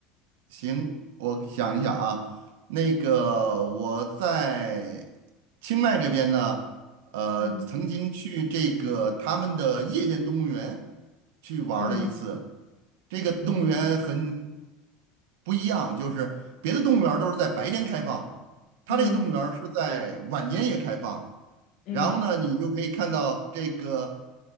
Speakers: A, on the right; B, on the left.
A: 行，我想一想啊，那个我在清迈这边呢，呃，
B: 嗯
A: 曾经去这个他们的夜间动物园去玩儿了一次，
B: 嗯。
A: 这个动物园很
B: 嗯
A: 不一样，就是别的动物园儿都是在白天开放，它这个动物园儿是在晚间也开放。
B: 嗯嗯
A: 然后呢，你就可以看到这个